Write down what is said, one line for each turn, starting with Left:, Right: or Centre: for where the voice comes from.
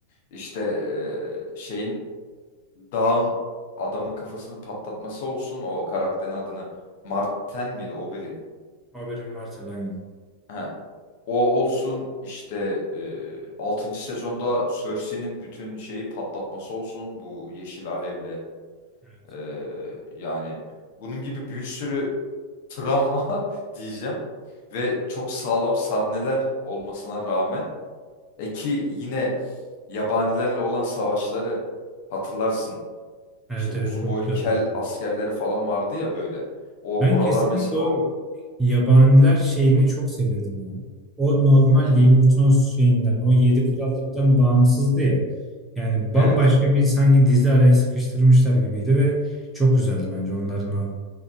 Left: işte e, şeyin Dağın adamın kafasını patlatması olsun o karakterin adını Marten miydi Oberyn?
Centre: Haberin varsa aynen.
Left: He. O olsun işte e, 6. sezonda Cersei'nin bütün şeyi patlatması olsun bu yeşil alevle.
Centre: Evet.
Left: E, yani bunun gibi bir sürü travma <laughs> diyeceğim ve çok sağlam sahneler olmasına rağmen e ki yine yabanilerle olan savaşları hatırlarsın.
Centre: Evet
Left: İşte uzun
Centre: evet çok
Left: boylu
Centre: güzeldi.
Left: kel askerleri falan vardı ya böyle. O
Centre: Ben
Left: oralar
Centre: kesinlikle
Left: mesela
Centre: o
Left: o.
Centre: yabaniler şeyini çok seviyordum ya. O normal
Left: Hı hı.
Centre: Game of Thrones şeyinden, o Yedi Krallık'tan bağımsızdı ya. Yani bambaşka
Left: Evet.
Centre: bir sanki dizi araya sıkıştırmışlar gibiydi ve çok güzeldi bence onların o